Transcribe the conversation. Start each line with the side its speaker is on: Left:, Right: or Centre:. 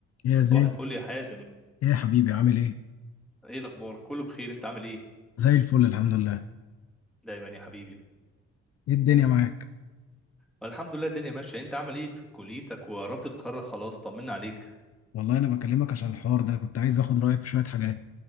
Left: يا
Centre: صباح
Left: زين
Centre: الفل يا حازم
Left: ايه يا حبيبي عامل ايه
Centre: ايه الاخبار كله بخير انت عامل ايه
Left: زي الفل الحمد لله
Centre: دايما يا حبيبي
Left: ايه الدنيا معاك
Centre: والحمد لله الدنيا ماشيه انت عامل ايه في كليتك وقربت تتخرج خلاص طمنا عليك
Left: والله انا بكلمك عشان الحوار ده كنت عايز اخد رايك في شويه حاجات